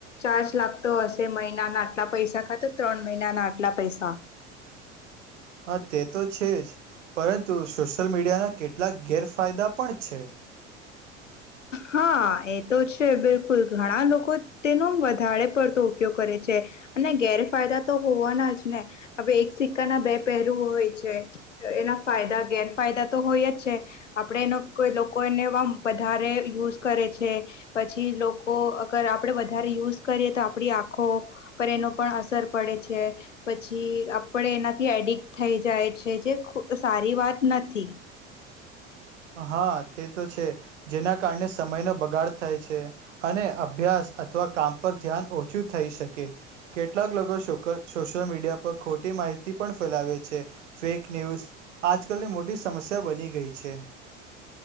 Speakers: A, on the left (about 80°); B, on the right (about 75°).
A: ચાર્જ લાગતો હશે મહિનાના આટલા પૈસા કા તો ત્રણ મહિનાના આટલા પૈસા
B: હા તે તો છે જ પરંતુ સોશિયલ મીડિયાના કેટલાક ગેરફાયદા પણ છે.
A: હા એ તો છે બિલકુલ ઘણા લોકો તેનો વધારે પડતો ઉપયોગ કરે છે અને ગેરફાયદા તો હોવાના જ ને હવે એક સિક્કા ના બે પહેરું હોય છે એના ફાયદા ગેરફાયદા તો હોય જ છે આપણે એનો કોઈ લોકોને વધારે યુઝ કરે છે પછી લોકો અગર આપણે વધારે યુઝ કરીએ તો આપણી આંખો પર એનો પણ અસર પડે છે પછી આપણે એનાથી એડિક્ટ થઈ જાય છે જે સારી વાત નથી.
B: હા તે તો છે જેના કારણે સમયનો બગાડ થાય છે અને અભ્યાસ અથવા કામ પર ધ્યાન ઓછું થઈ શકે કેટલાક લોકો સોશિયલ મીડિયા પર ખોટી માહિતી પણ ફેલાવે છે ફેક ન્યૂઝ આજકાલની મોટી સમસ્યા બની ગઈ છે